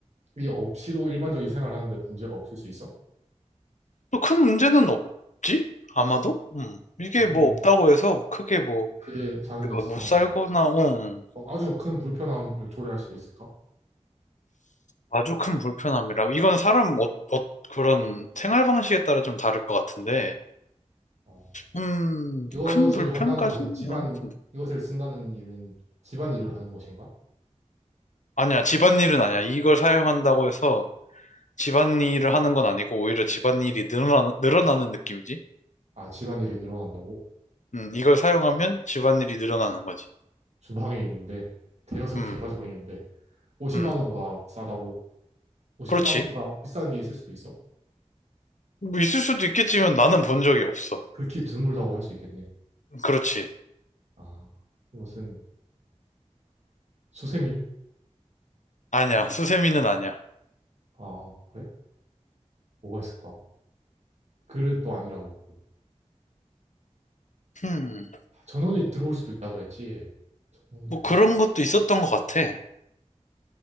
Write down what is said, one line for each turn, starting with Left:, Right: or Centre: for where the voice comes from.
Right: 이게 없이도 일반적인 생활하는데 문제가 없을 수 있어?
Left: 또큰 문제는 없지? 아마도? 음. 이게
Right: 아, 그러면
Left: 뭐 없다고 해서 크게 뭐
Right: 그게 사는데
Left: 그거
Right: 지장은
Left: 못 살거나,
Right: 없네.
Left: 어,
Right: 그럼 아주 큰 불편함을 초래할 수도 있을까?
Left: 아주 큰 불편함이라. 이건 사람, 어, 어, 그런 생활 방식에 따라 좀 다를 것 같은데,
Right: 어.
Left: 음,
Right: 이것을
Left: 큰 불편까지는
Right: 한다는 것은 집안,
Left: 아닌 것 같은데.
Right: 이것을 쓴다는 일은 집안일을 하는 것인가?
Left: 아니야, 집안일은 아니야. 이걸 사용한다고 해서 집안일을 하는 건 아니고, 오히려 집안일이 늘어나, 늘어나는 느낌이지.
Right: 아, 집안일이 늘어난다고?
Left: 음, 이걸 사용하면 집안일이 늘어나는 거지.
Right: 주방에 있는데, 대여섯
Left: 음,
Right: 개 가지고 있는데, 50만
Left: 음.
Right: 원보다 싸다고? 50만
Left: 그렇지.
Right: 원보다 비싼 게 있을 수도 있어?
Left: 뭐 있을 수도 있겠지만 나는 본 적이 없어.
Right: 극히 드물다고 할 수 있겠네.
Left: 그렇지.
Right: 아, 이것은 수세미?
Left: 아니야, 수세미는 아니야.
Right: 아, 그래? 뭐가 있을까? 그릇도 아니라 그랬고.
Left: 음,
Right: 전원이 들어올 수도 있다 그랬지. 예. 전원이
Left: 뭐
Right: 들어올,
Left: 그런 것도 있었던 것 같아.